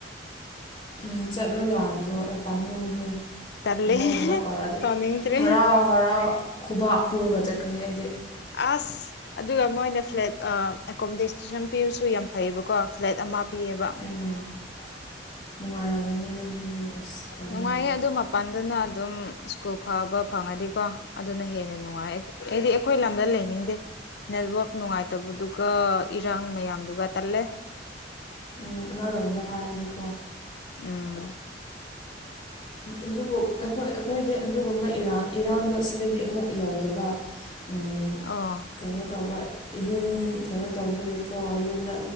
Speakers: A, on the left (about 25°); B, on the left (about 65°).
A: ꯎꯝ ꯆꯠꯂꯣ ꯌꯥꯗ꯭ꯔꯣ ꯑꯩ ꯄꯥꯝꯃꯨꯍꯦ
B: ꯇꯜꯂꯦ
A: ꯑꯩꯉꯣꯟꯗꯒ ꯀꯧꯔꯛꯑꯗꯤ
B: ꯇꯧꯅꯤꯡꯗ꯭ꯔꯦ
A: ꯍꯔꯥꯎ ꯍꯔꯥꯎ ꯈꯨꯕꯥꯛ ꯈꯨꯔꯒ ꯆꯠꯀꯅꯤ ꯑꯩꯗꯤ
B: ꯑꯁ ꯑꯗꯨꯒ ꯃꯣꯏꯅ ꯐ꯭ꯂꯦꯠ ꯑꯦꯀꯣꯃꯣꯗꯦꯁꯟ ꯄꯤꯕꯁꯨ ꯌꯥꯝ ꯐꯩꯌꯦꯕꯀꯣ ꯐ꯭ꯂꯦꯠ ꯑꯃ ꯄꯤꯌꯦꯕ
A: ꯎꯝ <unintelligible> ꯅꯨꯡꯉꯥꯏꯔꯝꯒꯅꯤꯅꯦ ꯑꯗꯨꯗꯤ ꯑꯁ ꯄꯥꯝꯃꯨꯏꯅꯦ
B: ꯅꯨꯡꯉꯥꯏꯌꯦ ꯑꯗꯨ ꯃꯄꯥꯟꯗꯅ ꯑꯗꯨꯝ ꯁ꯭ꯀꯨꯜ ꯐꯕ ꯐꯪꯉꯗꯤꯀꯣ ꯑꯗꯨꯅ ꯍꯦꯟꯅ ꯅꯨꯡꯉꯥꯏ ꯑꯩꯗꯤ ꯑꯩꯈꯣꯏ ꯂꯝꯗ ꯂꯩꯅꯤꯡꯗꯦ ꯅꯦꯠꯋꯥꯛ ꯅꯨꯡꯉꯥꯏꯇꯕꯗꯨꯒ ꯏꯔꯥꯡ ꯃꯌꯥꯝꯗꯨꯒ ꯇꯜꯂꯦ
A: ꯎꯝ ꯑꯃꯔꯣꯝꯗ ꯍꯥꯏꯔꯗꯤꯀꯣ
B: ꯎꯝ
A: ꯑꯗꯨꯕꯨ ꯑꯩꯈꯣꯏ ꯑꯩꯈꯣꯏꯗꯤ ꯑꯗꯨꯒꯨꯝꯕꯔ ꯏꯔꯥꯡꯗꯣ ꯁꯤꯗꯗꯤ ꯑꯃꯨꯛ ꯌꯧꯗꯕ ꯑꯨꯝ
B: ꯑꯣ
A: ꯀꯩꯅꯣ ꯇꯧꯕ ꯌꯨꯝ ꯀꯩꯅꯣ ꯇꯧꯕꯒꯤꯀꯣ ꯌꯨꯝꯗ